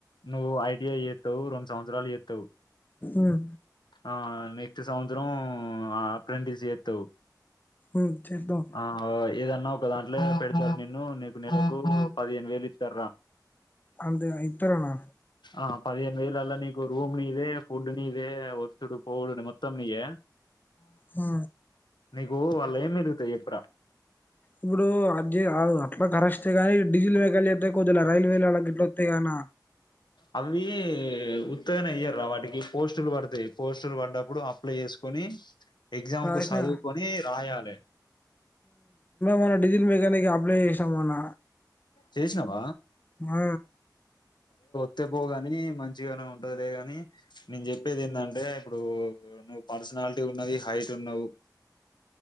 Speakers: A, on the left (about 85°); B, on the left (about 25°).
A: నువ్వు ఐటిఐ చేస్తావు రెండు సంవత్సరాలు చేస్తావు
B: ఉమ్
A: ఆ నెక్స్ట్ సంవత్సరం అప్రెంటిస్ చేత్తవు
B: ఉమ్ చేద్దాం
A: ఆ ఏదన్నా క్ దాంట్లో పెడతారు నిన్ను నీకు నెలకు పదేను వేలు ఇత్తారు రా
B: అంతే ఇత్తరనా
A: ఆ పదిహేను వేళల్లో నీకు రూమ్ నిత్తే ఫుడ్ నీదే ఒత్డు పోడు మొత్తం నీయే
B: హా
A: నీకు వాళ్ళ ఏం మరుగుతాయి చెప్పురా
B: ఇప్పుడు అ అట్లా కరస్టే గానీ డీజిల్ లెక్కలు చెప్పేకి పోతాలే కొద్దులే రైల్వేలు అలా గిట్ల వస్తాయి గాన
A: అవి ఉత్తగనే అయ్యారు వాటికి పోస్టులు పడతాయి పోస్టులు పడ్డప్పుడు అప్లై చేసుకొని ఎగ్జామ్
B: రాసిన
A: కు చదువుకొని రాయాలి
B: మన డీజిల్ మెకానీక్ అప్లై చేసాం మొన్న
A: చేసినవా
B: ఆ
A: కొ పోగాని మంచిగానే ఉంటది లే గాని నేను చెప్పేది ఏంధంటే, ఇప్పుడు నువ్వు పర్సనాలిటీ ఉన్నది హైట్ ఉన్నావు.